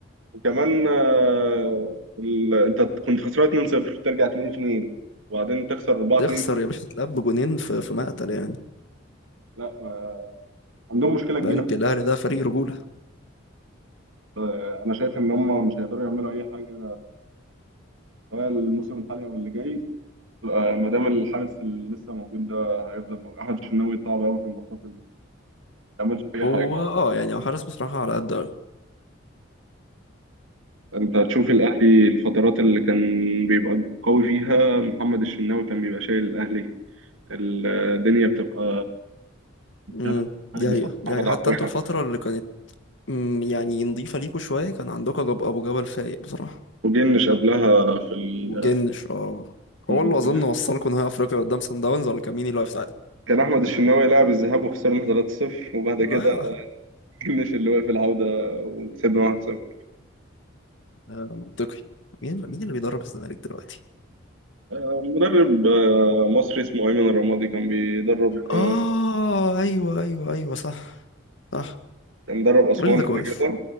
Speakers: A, on the right (about 80°); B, on the left (about 65°).
A: وكمان آه، ال- انت كنت خسران 2-0 ترجع 2-2 وبعدين تخسر 4-2
B: تخسر يا باشا تتلعب بجونين في في مقتل يعني
A: لا آه، عندهم مشكله كبيره
B: بنك الاهلي ده فريق رجوله
A: آه، انا شايف ان هم مش هيقدروا يعملوا اي حاجه سواء الموسم الحالي او اللي جاي آه، ما دام الحارس اللي لسه موجود ده هيفضل موجود احمد الشناوي صعب قوي في الماتشات اللي ما بيعملش اي
B: هو
A: حاجه
B: اه يعني هو حارس بصراحه على قد قوي
A: انت هتشوف الاهلي الفترات اللي كان بيبقى قوي فيها محمد الشناوي كان بيبقى شايل الاهلي الدنيا بتبقى
B: امم
A: كلام مالك
B: دي
A: بسبب
B: حقيقة يعني
A: محمد
B: حتى
A: عواد
B: انتوا الفترة اللي كانت مم، يعني نضيفة ليكوا شوية كان عندكوا جب أبو جبل فايق بصراحة
A: وجنش قبلها في
B: وجنش اه
A: الكونفدرالية
B: هو اللي أظن وصلكوا نهائي أفريقيا قدام سان داونز ولا كان مين اللي واقف ساعتها؟
A: كان احمد الشناوي لعب الذهاب وخسرنا 3-0 وبعد
B: لا
A: كده
B: يا-
A: جنش اللي واقف العوده وكسبنا 1-0
B: ده منطقي مين مين اللي بيدرب الزمالك دلوقتي؟
A: آه، مدرب آه، مصري اسمه أيمن الرمادي كان بيدرب آه،
B: اه ايوه ايوه ايوه صح صح
A: كان مدرب أسوان
B: الراجل ده
A: قبل
B: كويس
A: كده